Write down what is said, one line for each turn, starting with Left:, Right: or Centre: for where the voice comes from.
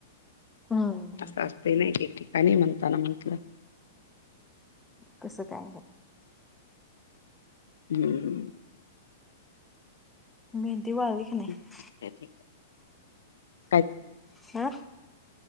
Centre: हम्म
Left: असं असतय
Centre: हम्म
Left: न एक एक ठिकाणी म्हणताना म्हंटलं
Centre: तस काय नाय.
Left: हम्मं
Centre: मेहंदी वाळली. की
Left: <unintelligible>
Centre: नाही
Left: काय
Centre: <unintelligible>